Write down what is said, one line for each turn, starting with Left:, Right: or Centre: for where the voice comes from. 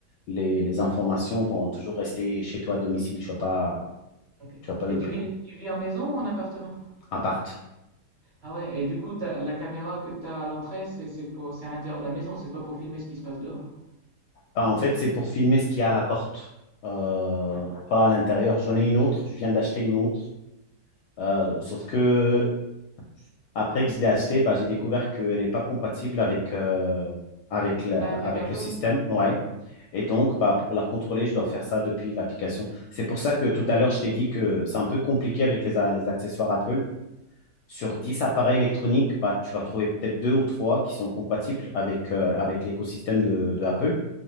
Left: les, les informations vont toujours rester chez toi à domicile. Tu ne vas, pas-
Right: ok.
Left: tu vas pas
Right: Et
Left: louper,
Right: tu vis,
Left: quoi.
Right: tu vis en maison ou en appartement?
Left: À part.
Right: Ah ouais, et du coup, t'as- la caméra que tu as à l'entrée, c'est c'est pour, c'est à l'intérieur de la maison, c'est pas pour filmer ce qui se passe dehors.
Left: Bah, en fait, c'est pour filmer ce qu'il y a à la porte, euh,
Right: Ouais.
Left: pas à l'intérieur. J'en ai une autre, je viens d'acheter une autre. Euh, sauf que après que je l'ai achetée, bah, j'ai découvert qu'elle n'est pas compatible avec, euh, avec, la-
Right: Avec
Left: la- avec
Right: Apple?
Left: le système. Ouais. Et donc, bah, pour la contrôler, je dois faire ça depuis l'application. C'est pour ça que tout à l'heure, je t'ai dit que c'est un peu compliqué avec les, a- les accessoires Apple. Sur 10 appareils électroniques, bah, tu vas trouver peut-être deux ou trois qui sont compatibles avec, euh, avec l'écosystème de, de Apple.